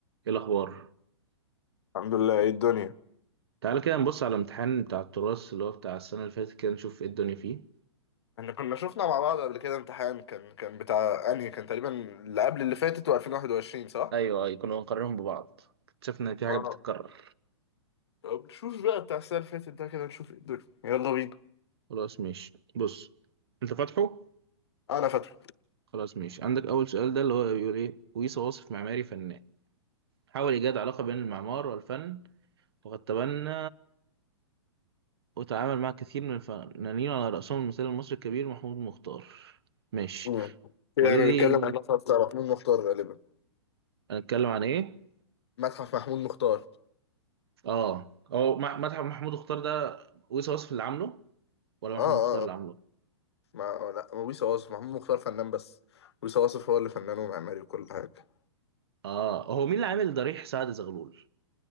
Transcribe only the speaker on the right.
ايه الاخبار
تعال كده نبص على الامتحان بتاع التراث اللي هو بتاع السنه اللي فاتت كده نشوف ايه الدنيا فيه
ايوه ايوه كنا بنقارنهم ببعض اكتشفنا ان في حاجه
بتتكرر
خلاص ماشي بص انت فاتحه
خلاص ماشي عندك اول سؤال ده اللي هو بيقول ايه ويصا واصف معماري فنان حاول ايجاد علاقه بين المعمار والفن وقد تبنى وتعامل مع كثير من الفنانين على راسهم المثال المصري الكبير محمود مختار ماشي
والذي
هنتكلم عن ايه
اه هو مع- مدحت محمود مختار ده ويصي وصف اللي عامله ولا محمود
مختار اللي
عامله
اه هو مين اللي عامل ضريح سعد زغلول